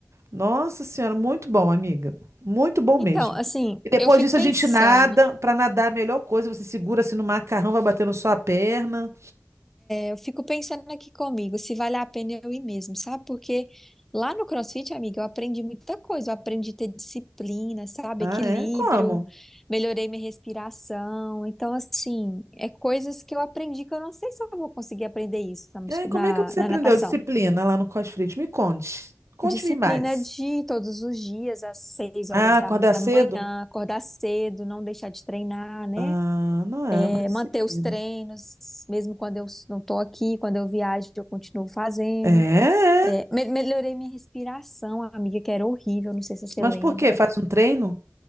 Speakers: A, on the right (about 80°); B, in the centre.
A: Nossa Senhora, muito bom, amiga. Muito bom
B: Então,
A: mesmo.
B: assim,
A: E depois
B: eu fico
A: disso
B: pensando.
A: a gente nada. Para nadar, a melhor coisa, você segura assim no macarrão, vai batendo só a perna.
B: Eu fico pensando aqui comigo, se vale a pena eu ir mesmo, sabe? Porque lá no CrossFit, amiga, eu aprendi muita coisa. Eu aprendi a ter disciplina, sabe?
A: Ah,
B: Equilíbrio,
A: é? Como?
B: melhorei minha respiração. Então, assim, é coisas que eu aprendi que eu não sei se eu vou conseguir aprender isso na, muscu-
A: É, como
B: na,
A: é que você
B: na
A: aprendeu
B: natação.
A: disciplina lá no CrossFit? Me conte. Conte-me
B: Disciplina
A: mais.
B: de todos os dias, às seis
A: Ah,
B: horas
A: acordar
B: da, da
A: cedo?
B: manhã, acordar cedo, não deixar de treinar, né?
A: Ah, não é,
B: É,
A: mas disciplina.
B: manter os treinos, mesmo quando eu não tô aqui, quando eu viajo, eu continuo fazendo.
A: É, é.
B: É, me- melhorei minha respiração, amiga, que era horrível, não sei se você
A: Mas
B: lembra.
A: por quê? Faz um treino?